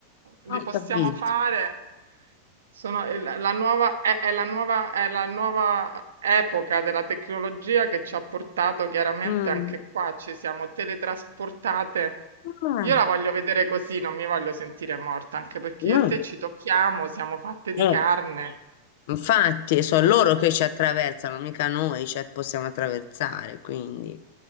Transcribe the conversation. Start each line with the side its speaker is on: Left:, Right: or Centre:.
Right: li
Left: ho
Right: possiamo
Left: capito.
Right: fare. Sono il- la nuova, è, è la nuova, è la nuova epoca della tecnologia che ci ha portato chiaramente
Left: Mm.
Right: anche qua, ci siamo teletrasportate.
Left: Ah,
Right: Io la voglio vedere così, non mi voglio sentire morta, anche perché
Left: no,
Right: io e te ci tocchiamo, siamo fatte di
Left: eh,
Right: carne.
Left: Infatti, sono loro che ci attraversano, mica noi ci possiamo attraversare, quindi.